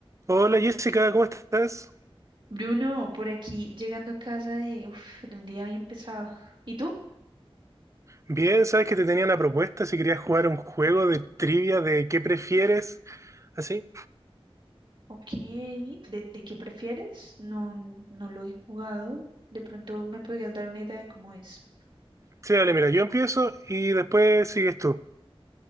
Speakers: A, on the right (about 30°); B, on the right (about 50°).
A: Hola Jessica, ¿cómo estás?
B: Bruno, por aquí llegando a casa de, uf, de un día bien pesado. ¿Y tú?
A: Bien, sabes que te tenía una propuesta si querías jugar un juego de trivia de qué prefieres, así.
B: Ok, ¿de, de qué prefieres? No, no lo he jugado. De pronto me podrías dar una idea de cómo es.
A: Sí, dale, mira, yo empiezo y después sigues tú.